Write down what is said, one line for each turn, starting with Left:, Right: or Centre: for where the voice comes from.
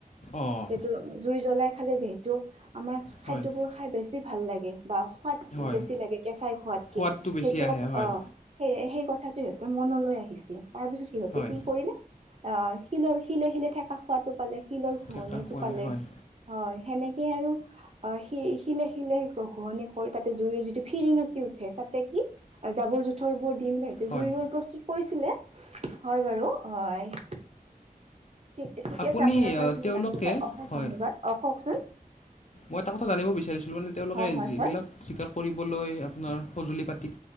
Left: অ',
Right: সেইটো জুই জ্বলাই খালে যিহেতু, আমাৰ
Left: হয়,
Right: খাদ্যবোৰ খাই বেছি ভাল লাগে বা সোৱাদ
Left: হয়।
Right: বেছি লাগে কেঁচাই খোৱাতকে
Left: সোৱাদটো
Right: সেইটো
Left: বেছি আহে
Right: <unintelligible>
Left: হয়,
Right: অ। সেই সেই কথাটো সিহঁতৰ মনলৈ আহিছিল। তাৰ পিছত সিহঁতে
Left: হয়,
Right: কি কৰিলে? অ, শিলৰ শিলে শিলে ঠেকা খোৱাটো পালে। শিলৰ ঘহনীটো
Left: ঠেকা খোৱালে
Right: পালে।
Left: হয়,
Right: হয়, সেনেকে আৰু অ, শি শিলে শিলে ঘঁহনি কৰি তাতে জুইৰে যিটো ফিৰিঙতি উঠে, তাতে কি? জাবৰ জোথৰ বোৰ দি মেলি সিহঁতি
Left: হয়,
Right: জুইয়ৰ প্ৰস্তুত কৰিছিলে। হয় বাৰু হয়। ঠি ঠিকে
Left: আপুনি
Right: আছে আপোনাৰ
Left: আহ,
Right: পৰা এইখিনি
Left: তেওঁলোকে
Right: জানিব পাই অশেষ
Left: হয়,
Right: ধন্যবাদ। অ, কওকচোন?
Left: মই এটা কথা জানিব বিচাৰিছিলোঁ মানে তেওঁলোকে
Right: হয় হয়
Left: যিবিলাক
Right: হয়
Left: স্বীকাৰ কৰিবলৈ আপোনাৰ সঁজুলি পাতিক